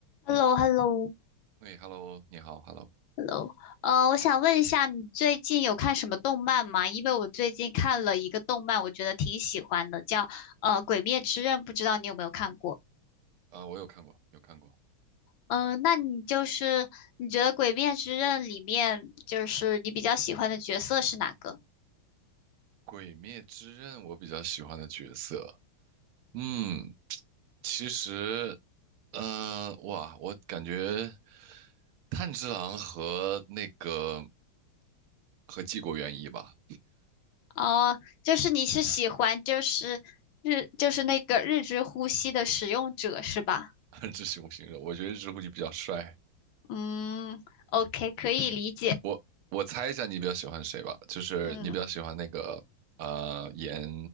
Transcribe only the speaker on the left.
h e l l o h e l l o
h e l l o 呃，我想问一下，你最近有看什么动漫吗？因为我最近看了一个动漫，我觉得挺喜欢的，叫呃《鬼灭之刃》，不知道你有没有看过？
嗯、呃那你就是你觉得《鬼灭之刃》里面就是你比较喜欢的角色是哪个？
哦、就是你是喜欢就是日就是那个日之呼吸的使用者是吧？
嗯，OK，可以理解。
嗯，